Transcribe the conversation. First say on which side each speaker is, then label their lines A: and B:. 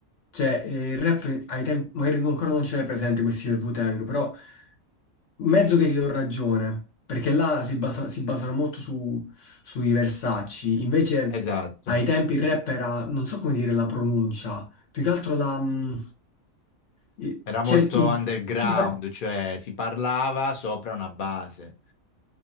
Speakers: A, on the left (about 65°); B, on the left (about 50°).
A: cioè eh, il rap ai tempi, magari tu ancora non ce l'hai presente questi del Wu-Tang, però mezzo che ti do ragione, perché là si, basa- si basano molto su, sui versacci, invece
B: Esatto.
A: ai tempi il rap era, non so come dire la pronuncia, più che altro la... mm, i-
B: Era molto
A: cioè, il,
B: underground,
A: tu,
B: cioè si parlava sopra una base,